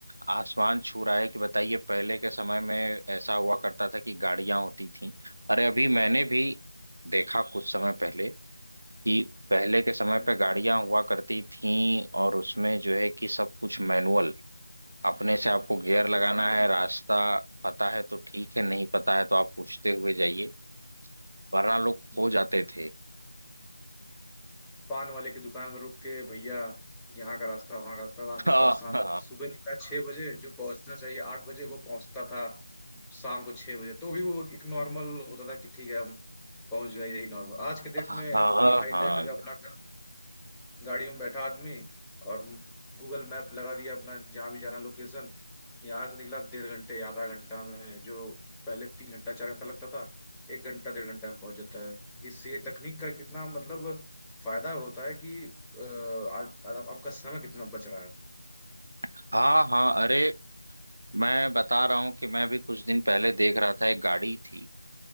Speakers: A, on the right; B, in the centre.
A: आसमान छू रहा है कि बताइए पहले के समय में ऐसा हुआ करता था कि गाड़ियां होती थी अरे अभी मैंने भी देखा कुछ समय पहले कि पहले के समय
B: हम्म
A: पे गाड़ियां हुआ करती थीं और उसमें जो है कि सब कुछ मैनुअल अपने से आपको गियर
B: सब
A: लगाना
B: कुछ मैनुअल
A: है रास्ता पता है तो ठीक है नहीं पता है तो आप पूछते हुए जाइए वरना लोग खो
B: हम्म
A: जाते थे
B: पान वाले की दुकान पर रुक के भैया यहाँ का रास्ता वहाँ का रास्ता आदमी
A: हाँ
B: परेशान
A: हाँ
B: सुबह निकला छह बजे जो पहुंचना चाहिए आठ बजे वो पहुंचता था शाम को छह बजे तो भी वो एक नॉर्मल होता था कि ठीक है हम पहुंच गए यही नॉर्मल आज के डेट
A: हाँ
B: में इतनी हाई
A: हाँ
B: टेक अपना गाड़ी में बैठा आदमी और गूगल मैप लगा दिया अपना जहाँ भी जाना लोकेशन यहाँ से निकला डेढ़ घंटे आधा घंटा में जो पहले तीन घंटा चार घंटा लगता था एक घंटा डेढ़ घंटा में पहुंच जाता है इससे तकनीक का कितना मतलब फायदा होता है कि अ, आज आज आपका समय कितना बच रहा है
A: हाँ हाँ अरे मैं बता रहा हूँ कि मैं भी कुछ दिन पहले देख रहा था एक गाड़ी थी